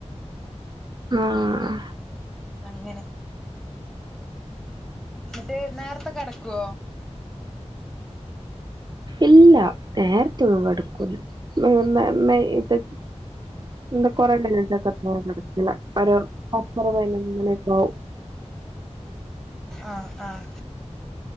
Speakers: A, on the right; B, in the centre.
A: ആഹ്
B: അങ്ങനെ എന്നിട്ട് നേർത്തെ കെടക്കോ
A: ഇല്ല നേരത്തെ ഒന്നും കെടക്കൂല്ല മേ മേ മൈ ഇത് എന്ത <unintelligible> പത്തര പതിനൊന്ന് മണിയൊക്കെ ആവും
B: ആഹ് ആഹ്